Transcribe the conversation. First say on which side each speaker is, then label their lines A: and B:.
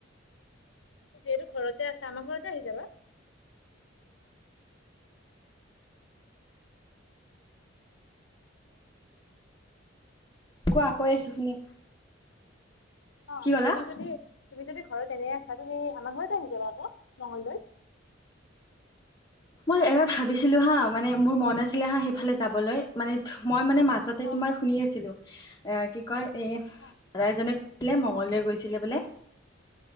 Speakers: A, on the left; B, on the left.
A: যিহেতু ঘৰতে আছে আমাৰ ঘৰতে আহি যাবা
B: কোৱা কৈ আছো শুনি
A: অ
B: কি ক'লা
A: তুমি যদি তুমি যদি ঘৰত এনে আ চ্ছা তুমি আমাৰ ঘৰতে আহি যাবা আকৌ মঙ্লবাৰে
B: মই এবাৰ ভাবিছিলো হা মানে মোৰ মন আছিলে হা সেইফালে যাবলৈ মানে মই মানে মাজতে
A: অ
B: তোমাৰ শুনি আছিলো এ কি কয় এ দাদাইজনে
A: অ
B: মংগলদৈ গৈছিলে বোলে